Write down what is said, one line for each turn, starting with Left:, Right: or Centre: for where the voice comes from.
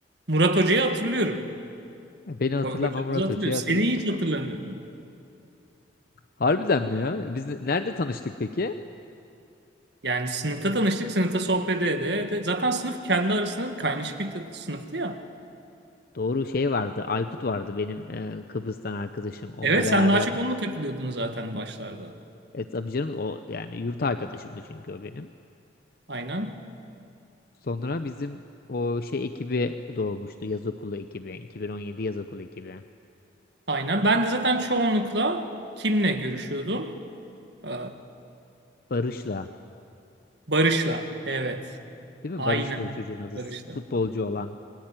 Right: Murat Hoca'yı hatırlıyorum.
Left: E, Beni hatırlama
Right: Ho- Hocamızı
Left: Murat
Right: hatırlıyorum.
Left: Hoca'yı hatırla.
Right: Seni hiç hatırlamıyorum.
Left: Harbiden mi ya? Biz de- nerede tanıştık peki?
Right: Yani sınıfta tanıştık. Sınıfta sohbet ede ede. Zaten sınıf kendi arasında da kaynaşık bir ta- sınıftı ya.
Left: Doğru şey vardı. Aykut vardı benim e, Kıbrıs'tan arkadaşım. Onunla
Right: Evet
Left: beraberdik.
Right: sen daha çok onunla takılıyordun zaten başlarda.
Left: E tabii canım o yani yurt arkadaşımdı çünkü o benim.
Right: Aynen.
Left: Sonra bizim o şey ekibi doğmuştu. Yaz okulu ekibi. 2017 yaz okulu ekibi.
Right: Aynen. Ben de zaten çoğunlukla kimle görüşüyordum? Ee,
Left: Barış'la.
Right: Barış'la. Evet.
Left: Değil mi?
Right: Aynen.
Left: Barış da o çocuğun adı.
Right: Barış'la.
Left: Futbolcu olan.